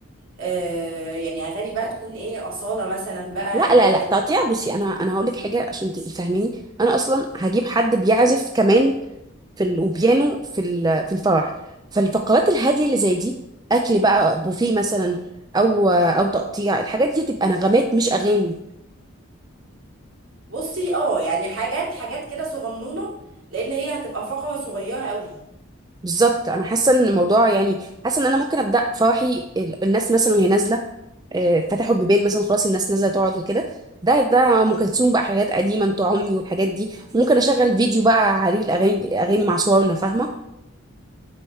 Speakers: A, on the right; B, on the right.
A: آه يعني اغاني بقى تكون ايه اصاله مثلا بقى
B: لا
A: الورد
B: لا لا تقطيع بصي انا انا هقول لك حاجه عشان تبقي فاهماني انا اصلا هجيب حد بيعزف كمان في ال... وبيانو في ال... في الفرح فالفقرات الهاديه اللي زي دي اكل بقى بوفيه مثلا او او تقطيع الحاجات دي تبقى نغمات مش اغاني
A: بصي اه يعني حاجات حاجات كده صغنونه لان هي هتبقى فقره صغيره قوي
B: بالظبط انا حاسه ان الموضوع يعني حاسه ان انا ممكن ابدا فرحي ال- الناس مثلا وهي نازله آه، فتحوا البيبان مثلا خلاص الناس نازله تقعد وكده ده ده ام كلثوم بقى حاجات قديمه انت عمري والحاجات دي ممكن اشغل فيديو بقى عليه الاغاني اغاني مع صورنا فاهمه